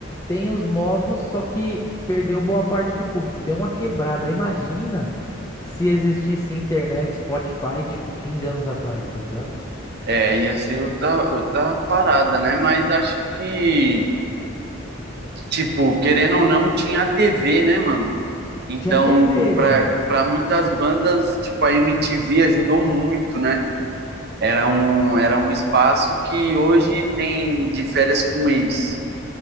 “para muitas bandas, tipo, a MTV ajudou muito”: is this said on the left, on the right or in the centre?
Right